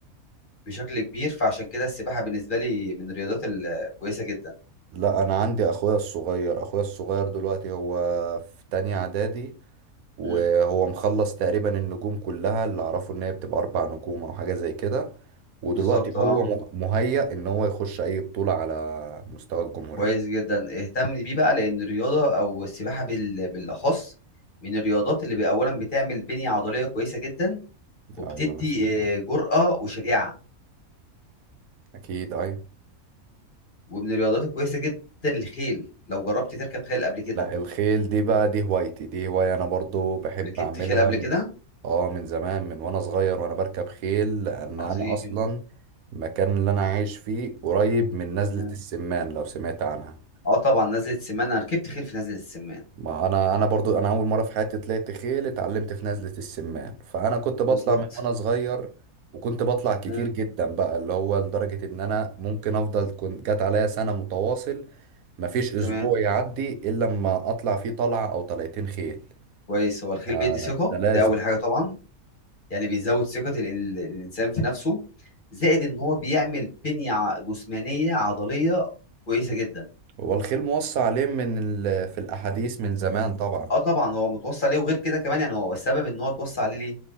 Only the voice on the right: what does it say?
لا انا عندي اخويا الصغير اخويا الصغير دلوقتي هو في تانية اعدادي وهو
مخلص تقريبا النجوم كلها اللي اعرفه ان هي بتبقى اربع نجوم او حاجة زي كده ودلوقتي
هو
م- مهيأ ان هو يخش اي بطولة على مستوى الجمهورية
ايوه انا سمعتها
اكيد ايوه
لا الخيل دي بقى دي هوايتي دي هواية انا برضو بحب
اعملها
من
اه من زمان من وانا صغير وانا بركب خيل لان
انا اصلا المكان اللي انا عايش فيه قريب من نزلة
السمان لو سمعت عنها
ما انا انا برضو انا اول مره في حياتي طلعت خيل اتعلمت في نزله السمان فانا كنت بطلع
من وانا صغير وكنت بطلع كتير
جدا بقى اللي هو لدرجه ان انا ممكن افضل كنت جت عليا سنه متواصل مفيش اسبوع
يعدي الا لما اطلع فيه طلعه او طلعتين خيل
آه
ده لازم
هو الخيل موصى عليه من ال... في الاحاديث من زمان طبعا